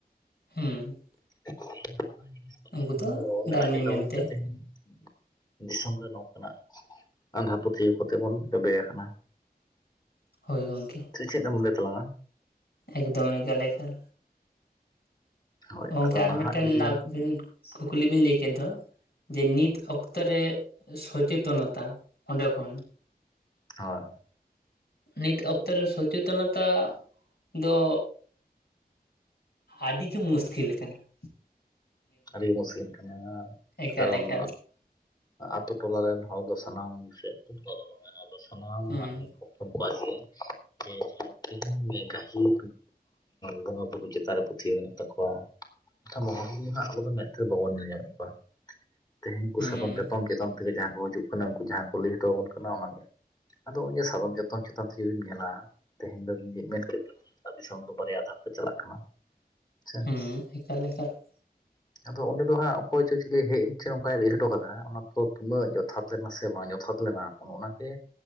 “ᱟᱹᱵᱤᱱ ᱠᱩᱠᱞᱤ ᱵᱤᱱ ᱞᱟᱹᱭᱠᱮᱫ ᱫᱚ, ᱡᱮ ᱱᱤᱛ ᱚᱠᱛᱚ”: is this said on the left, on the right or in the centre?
Left